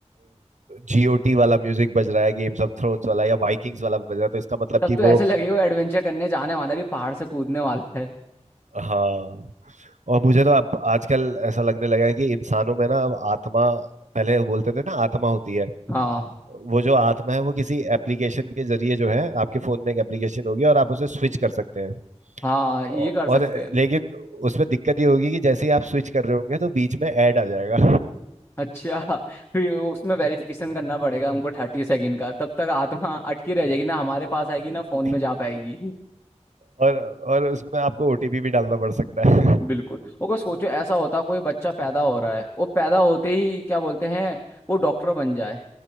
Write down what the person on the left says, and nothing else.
तब
तो ऐसे
लगेगा वो एडवेंचर करने जाने वाला है, ये पहाड़ से कूदने वाला है
हाँ
हाँ ये
कर सकते
हैं
अच्छा फिर उसमें वेरिफिकेशन करना पड़ेगा हमको थर्टी सेकंड का तब तक आत्मा अटकी रह जाएगी ना हमारे पास आएगी ना फोन
में जा पाएगी
बिल्कुल वो को सोचो ऐसा होता कोई बच्चा पैदा हो रहा है वो पैदा होते ही क्या बोलते हैं वो डॉक्टर बन जाए